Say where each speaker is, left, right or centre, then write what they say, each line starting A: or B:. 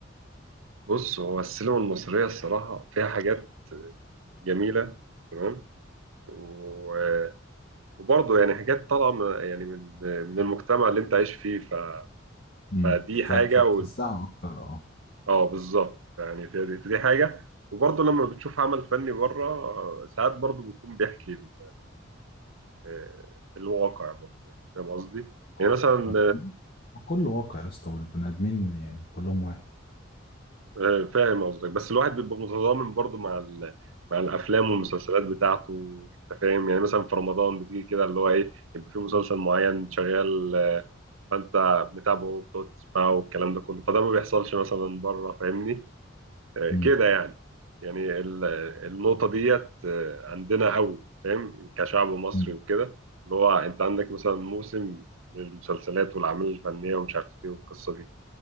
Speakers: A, on the right; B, on the left.
A: بص هو السينما المصرية الصراحة فيها حاجات جميلة تمام و- وبرضه يعني حاجات طالعة من- يعني من من المجتمع اللي أنت عايش فيه ف...
B: امم
A: فدي
B: ف-
A: حاجة
B: فبتحسها
A: و...
B: اكتر اه
A: أه بالظبط يعني في دي, في دي حاجة وبرضه لما بتشوف عمل فني بره آه، ساعات برضه بيكون بيحكي ال- آه، الواقع برضه يعني فاهم قصدي؟
B: اه
A: يعني مثلا
B: آه. كله واقع يا اسطى والبني ادمين يعني كلهم واحد
A: آه، فاهم قصدك بس الواحد بيبقى متضامن برضو مع ال... مع الافلام والمسلسلات بتاعته انت فاهم يعني مثلا في رمضان بتيجي كده اللي هو ايه يبقى في مسلسل معين شغال آه، فانت متابعه وبتقعد تسمعه والكلام ده كله فده ما بيحصلش مثلا بره فاهمني آه،
B: امم
A: كده يعني يعني ال- النقطة ديت آه، عندنا قوي فاهم كشعب مصري
B: امم
A: وكده اللي هو انت عندك مثلا موسم للمسلسلات والاعمال الفنية ومش عارف ايه والقصة دي